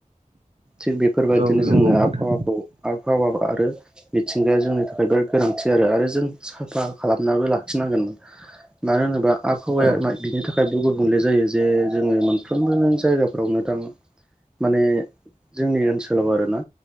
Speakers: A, in the centre; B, on the right (about 45°).
A: थिग बेफोरबायदिनो
B: औ नंगौ
A: जोंङो
B: नोंथां
A: आबहावाखौ आबहावा आरो मिथिंगाया जोंनि थाखाय बिराद गोनांथि आरो जों साफा खालामनाबो लाखिनांगोनमोन मानो होनोबा आबहावाया
B: औ
A: बिनि थाखायबो गुबुंले जायो जे जोङो मोनफ्रोम नों जायगाफोरावनो थां माने जोंनि ओनसोलाव आरोना